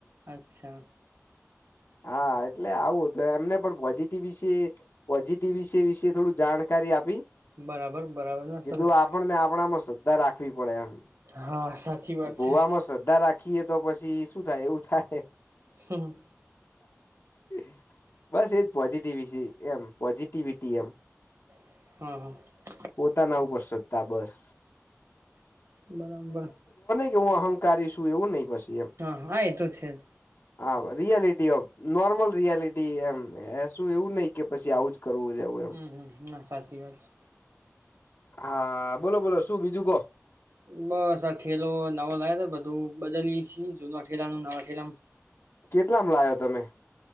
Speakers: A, on the right; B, on the left.
A: અચ્છા
B: હા એટલે આવું. તો એમને પણ પોઝિટિવ વિશે પોઝિટિવ વિશે વિશે થોડું જાણકારી આપી.
A: બરાબર બરાબર ના
B: કીધું
A: સરસ
B: આપણ ને આપણામાં. <inaudible> ધા રાખવી પડે એમ
A: હા સાચી વાત
B: ભુવામાં
A: છે
B: શ્રદ્ધા રા રાખીએ તો પછી શું થાય એવું થાય <inaudible>
A: હમ.
B: <inaudible> બસ એજ પોઝિટિવિસી એમ પોઝિટિવિટી એમ.
A: હમ હ.
B: પોતાના ઉપર શ્રદ્ધા બસ.
A: <inaudible> બરાબર.
B: એવું અહંકારીશું એવું નહીં બસ.
A: હા હા એ તો છે જ.
B: હા રિયાલિટી ઓમ નોર્મલ રિયાલિટી એમ એ શું એવું નહી કે પછી આવું જ. કરવું જવું એમ
A: હમ હમ ના સાચી વાત છે.
B: હા બોલો બોલો શું બીજું કહો.
A: બસ આ ઠેલો નવો લાવે તો બધું બદલીએ છીએ જૂનો. લાનું નવા જલમ <inaudible>
B: કેટલામાં લાવ્યો તમે.